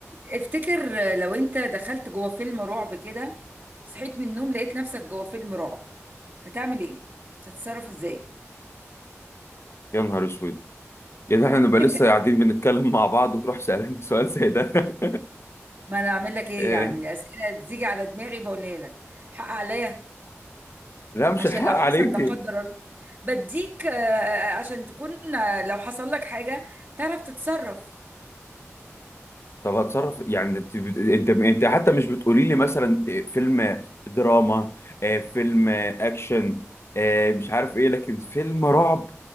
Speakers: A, on the right; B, on the left.
A: افتكر لو انت دخلت جوه فيلم رعب كده صحيت من النوم لقيت نفسك جوه فيلم رعب هتعمل ايه هتتصرف ازاي
B: يا نهار اسود يعني احنا نبقى
A: <laughs>
B: لسه قاعدين بنتكلم مع بعض وتروح سألني <laughs> سؤال زي ده
A: ما انا اعمل لك ايه
B: <laughs> إيه؟
A: يعني الاسئله بتيجي على دماغي بقولها لك حق عليا
B: لا مش
A: عشان
B: الحق
A: لو حصل
B: عليكي
A: لا قدر الله بديك آه، عشان تكون آه، لو حصل لك حاجه تعرف تتصرف
B: طب هتصرف يعني انت انت انت حتى مش بتقولي لي مثلا إيه، فيلم دراما آه، فيلم اكشن آه، مش عارف ايه لكن فيلم رعب